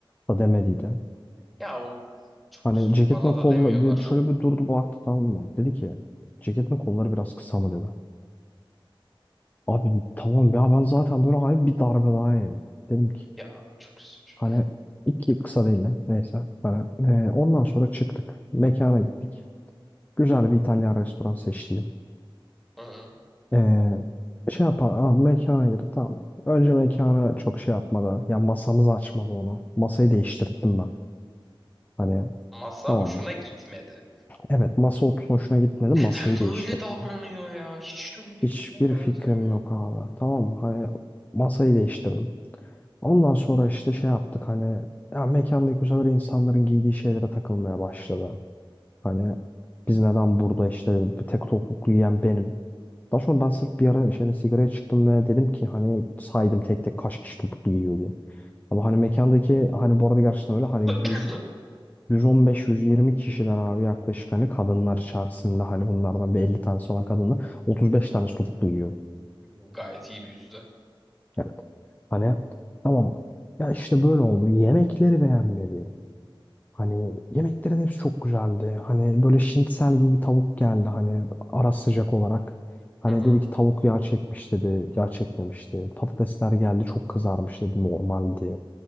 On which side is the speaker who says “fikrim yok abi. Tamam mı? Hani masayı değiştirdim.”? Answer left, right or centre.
Left